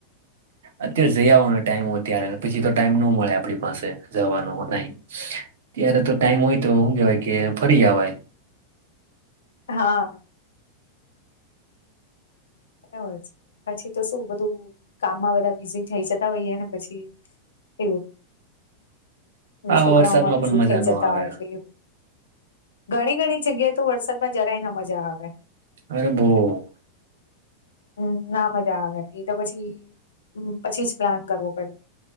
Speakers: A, on the right; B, on the left.
A: અત્યારે જઈ આવવાનો ટાઈમ હો ત્યારે પછી તો ટાઈમ ન મળે આપણી પાસે જવાનો ટાઈમ. ત્યારે તો ટાઈમ હોય તો હું કેવાય કે ફરી અવાય.
B: હા. બરાબર છે પછી તો શું બધું. કામમાં બધા બિઝી થઈ જતા હોઈએ ને પછી એવું.
A: આવા
B: છોકરાઓમાં
A: વરસાદમાં
B: બીઝી
A: પણ મજા
B: થઈ
A: ન
B: જતા
A: આવે
B: એટલે. ઘણી ઘણી જગ્યાએ તો વરસાદમાં જરાય ના મજા આવે.
A: અરે બો.
B: હમ ના મજા આવે એ તો પછી પછી જ પ્લાન કરવો પડે.